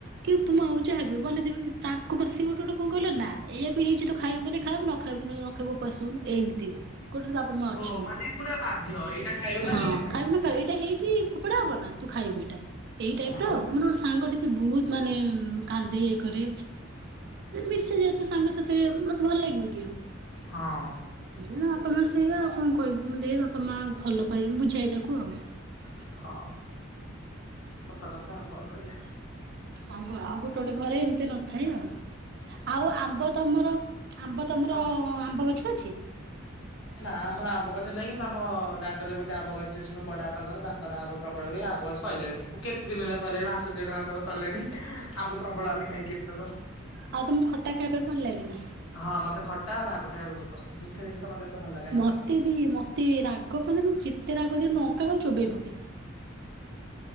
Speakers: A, on the right (about 55°); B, on the left (about 75°).
A: କି ଉପମା ହଉ ଯହାବି ହଉ ବନେଇ ଦେବେ କିନ୍ତୁ ତାଙ୍କ ପରେ ସେ ଗୋଟେ । କଣ କଇଲ ନା ଏଇାଆକୁ ହେଇଛି ତୁ ଖାଇବୁ ମାନେ । ଖାଇବୁ ନଖାଇବୁ ନ -ନଖାଇବୁ ଓପାସ ଶୋଉନୁ ଏମିତି । କୋଟରେ ବାପା ମା ଅଛନ୍ତି
B: ଓ ମାନେ ପୁରା ବାଧ୍ୟ ଏଇଟା ଖାଇବ
A: ହଁ
B: ମାନେ ଏଇଟା ଖାଇବ
A: ଖାଇବୁ ନା ଖାଇବୁ ଏଇଟା ହେଇଛି ଫୋପଡା ହବ ନା । ତୁ ଖାଇବୁ ଏଇଟା । ଏଇ ଟାଇପ
B: ଓହୋ
A: ର ଆଉ ମୋର
B: ଆଚ୍ଛା
A: ଗୋଟେ ସାଙ୍ଗ ଟେ ସେ ବହୁତ ମାନେ । କାନ୍ଦେ ଇଏ କରେ ମିଶେ ଜେହେତୁ ସାଙ୍ଗ ସାଥିରେ ମ ତେ ଭଲ ଲାଗିବ କି ଆଉ
B: ହଁ।
A: । <unintelligible> ଆପଣ । ଦେ ଆଉ କଣ କହିବୁ ଦେ ବାପା ମାଆ ଭଲ ପାଇବୁ ବୁଝାଏ ତାକୁ ଆଉ ।
B: ହଁ ସତ କଥା ଆଉ କଣ କରିବା ।
A: ଆଉ ଗୋ ଆଉ ଗୋଟେ ଗୋଟେ ଘରେ ଏମିତି ନଥାଏ ଆଉ । ଆଉ ଆମ୍ବ ତମର ଆମ୍ବ ତମର
B: ହଁ
A: ଆମ୍ବ ବଛ ଅଛି।
B: ନା ଆମର ଆମ୍ବ ଗଛ ନାହିଁ କିନ୍ତୁ ଆମ ଦାଣ୍ଡରେ ଗୋଟେ ଆମ୍ବ ଗଛ ଅଛି ମୋ ବଡା ପାଖରେ ତାଙ୍କର ଆମ୍ବ ପ୍ରବଳ ହୁଏ ଆମ୍ବ ଗଛ ସରିଲାଣି ମୁଁ କେତେ ଦିନ ହେଲା ସରିଲାଣି ମାସ ଦେଢ ମାସ ହେବ ସରିଲାଣି ଆମ୍ବ ପ୍ରବଳ ଆମେ ଖାଇଛୁ ଏଥରକ।
A: ଆଉ ତମକୁ ଖଟା ଖାଇବା ପାଇଁ ଭଲ ଲାଗେ ନା?
B: ହଁ ମତେ ଖଟା ଆଉ ରାଗ ଖାଇବା ବହୁତ ପସନ୍ଦ ମିଠା ଜିନିଷ ମତେ ଲାଗେ ନା।
A: ମତେ ବି ମତେ ବି ରାଗ ମାନେ ମୁ ଚିତେ ରାଗ ଦ ଲଙ୍କା କଣ ଚୋବେେଇବି ବୋଗି